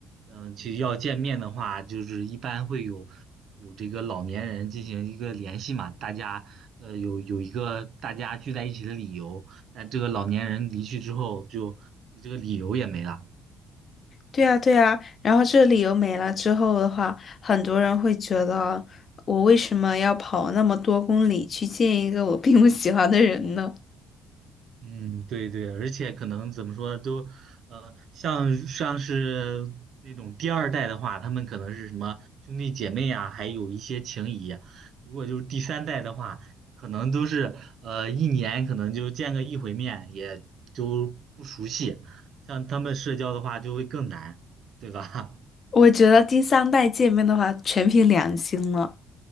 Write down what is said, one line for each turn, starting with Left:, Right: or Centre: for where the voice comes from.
Right: 嗯、其实要见面的话，就是一般会有有这个老年人进行一个联系嘛，大家。呃，有有一个大家聚在一起的理由，但这个老年人离去之后就，这个理由也没了。
Left: 对呀，对呀，然后这个理由没了之后的话，很多人会觉得我为什么要跑那么多公里去见一个我并不喜欢的人呢？
Right: 嗯，对对，而且可能怎么说都，呃，像像是那种第二代的话，他们可能是什么兄弟姐妹啊，还有一些情谊啊如果就是第三代的话，可能都是呃一年可能就见个一回面，也就不熟悉。像他们社交的话就会更难，对吧？
Left: 我觉得第三代见面的话，全凭良心了。